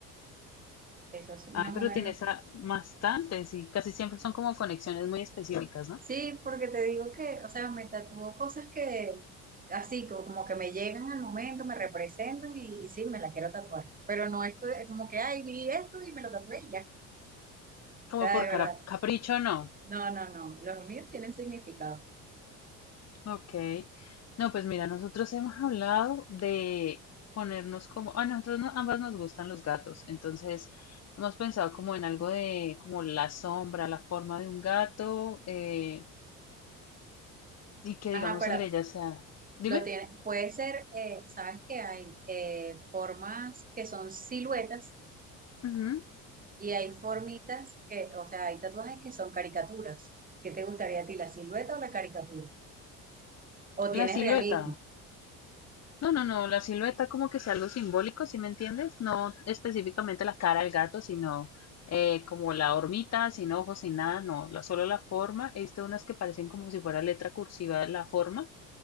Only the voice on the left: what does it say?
Ay,
pero
tienes a- bastantes y casi siempre son como conexiones muy específicas, ¿no?
Como
por
cara- capricho, no.
Ok. No, pues mira, nosotros hemos hablado de ponernos como, a nosotros no- ambas nos gustan los gatos, entonces hemos pensado como en algo de como la sombra, la forma de un gato eh, y que
digamos
el de ella sea, dime,
Ujú,
La
silueta.
No, no, no, la silueta como que sea algo simbólico, ¿sí me entiendes? No específicamente la cara del gato, sino eh, como la hormita, sin ojos, sin nada, no, la, solo la forma. He visto unas que parecen como si fuera letra cursiva la forma